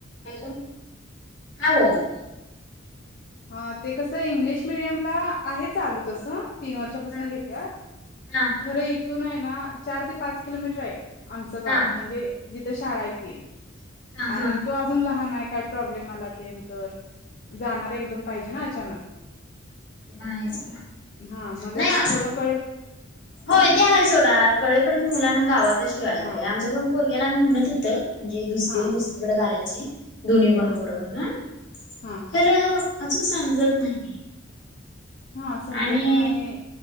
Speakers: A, on the left (about 65°); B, on the left (about 45°).
A: Hello हा बोला की
B: हा ते कसं इंग्लिश मिडियमला आहे चालू तसं तीन वर्षापासन
A: हा
B: घेत्यात.
A: हा
B: खरं इथून आहे ना चार ते पाच किलोमीटर आहे आमचं गाव
A: हा
B: म्हणजे जिथे शाळा य त
A: हा
B: आणि
A: हा
B: तो अजून लहान आहे काय प्रॉब्लेम आला तेंत जाणार एकदम पाहिजे ना अचानक
A: च
B: हा मग जरा
A: नाही
B: थोडं कळेल
A: होय ते आहे सोडा कळेपर्यंत मुलांना गावातच ठेवायला
B: हा
A: पाहिजे आमच्या पण बोल ला आमही म्हणत होत म्हणजे दुसरी
B: हा
A: दुसरीकडे घालायची दोन्ही पण
B: हा
A: पोरं म्हणून
B: हा
A: खरं अजून समजत नाही
B: हा समजत
A: आणि
B: नाही